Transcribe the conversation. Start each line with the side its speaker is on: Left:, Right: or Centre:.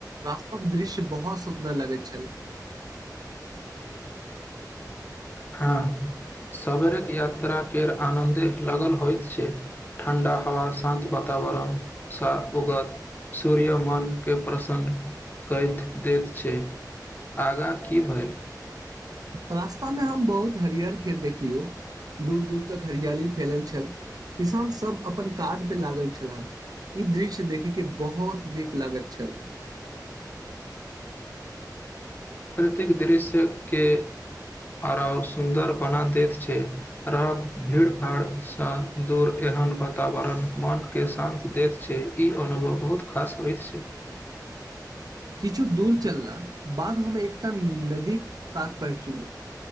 Right: रास्ताक दृश्य बहुत सुन्दर लगैत छल
Left: हँ सवेरके यात्राक केर आनन्दे लगल होइत छै ठण्डा हवा शान्त वातावरणसँ उगत सूर्य मनके प्रसन्न कहि दैत छै आगाँ की भेल
Right: रास्तामे हम बहुत हरियर खेत देखलियौ दूर दूर तक हरियाली फैलल छल किसान सब अपन काज पे लागल छलह ई दृश्य देखैके बहुत नीक लागैत छल
Left: प्रतेक दृश्यके अरााव सुन्दर बना दैत छै रह भीड़ भाड़सँ दूर एहन वातावरण मनके शान्त दैत छै ई अनुभव बहुत खास होइत छै
Right: किछु दूर चलला बाद हम एकटा नदी कात प चुलू